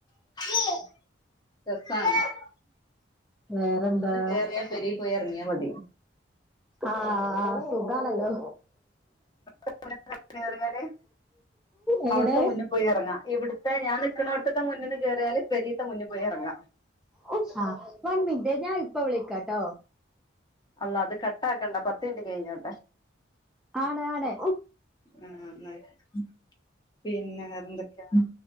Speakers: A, on the left (about 20°); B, in the centre.
A: <unintelligible>
B: വേറെന്താ
A: പോയെർങ്ങിയാ മതി
B: ആഹ് സുഖാണല്ലോ
A: <unintelligible>
B: എങ്ങനെ
A: അവിടുത്തെ മുന്നിൽ പോയി ഇറങ്ങാ ഇവിടുത്തെ ഞാൻ നിക്കണോടാതൊക്കെ മുന്നിൽ പോയി കേറിയാൽ പെരീത്തെ മുന്നെ പോയി എറങ്ങാം
B: ഓ ആഹ് വൺ മിനിറ്റ് ഞാൻ ഇപ്പ വിളിക്കാട്ടോ
A: അള്ളാഹ് അത് കട്ട് ആക്കണ്ട പത്ത് മിനിറ്റ് കഴിഞ്ഞോട്ടെ
B: ആണ് ആണ്
A: ആഹ് ന്നാ ആയിക്കോട്ടെ പിന്നെ വേറെന്തൊക്കെയ